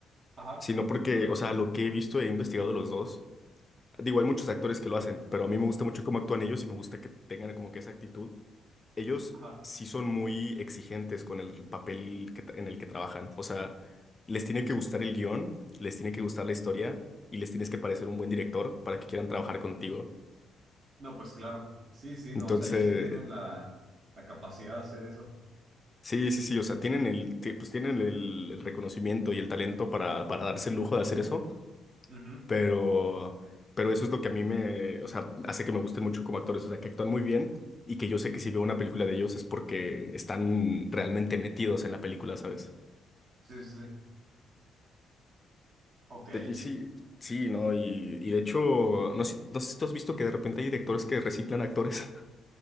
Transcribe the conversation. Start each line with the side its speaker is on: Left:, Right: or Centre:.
Right: Ajá,
Left: sino porque, o sea, lo que he visto e investigado de los dos, digo, hay muchos actores que lo hacen, pero a mí me gusta mucho cómo actúan ellos y me gusta que tengan como que esa actitud. ellos
Right: ajá.
Left: sí son muy exigentes con el papel que tra- en el que trabajan. O sea, les tiene que gustar el guión, les tiene que gustar la historia y les tienes que parecer un buen director para que quieran trabajar contigo.
Right: No, pues claro. Sí, sí,
Left: Entonces,
Right: no, o sea, ellos sí tienen la, la capacidad de hacer eso.
Left: sí, sí, sí, o sea, tienen el, ti- pues tienen el, el reconocimiento y el talento para, para darse el lujo de hacer eso,
Right: Ujú.
Left: pero, pero eso es lo que a mí me, o sea, hace que me gusten mucho como actores, o sea, que actúan muy bien y que yo sé que si veo una película de ellos es porque están realmente metidos en la película, ¿sabes?
Right: Sí, sí, sí. Ok.
Left: De- y sí, sí, ¿no? Y, y de hecho, no sé, no sé si tú has visto que de repente hay directores que reciclan actores. <laughs>